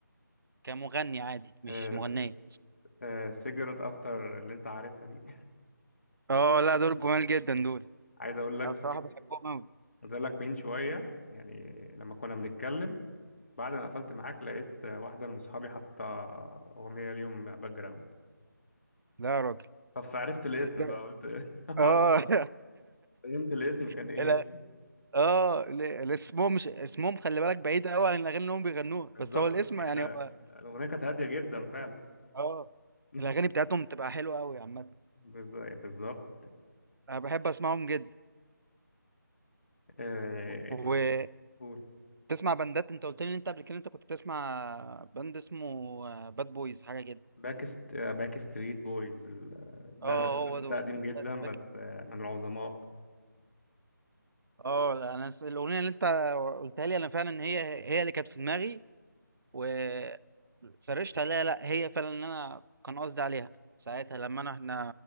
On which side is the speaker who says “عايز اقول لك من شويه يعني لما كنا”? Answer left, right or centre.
Left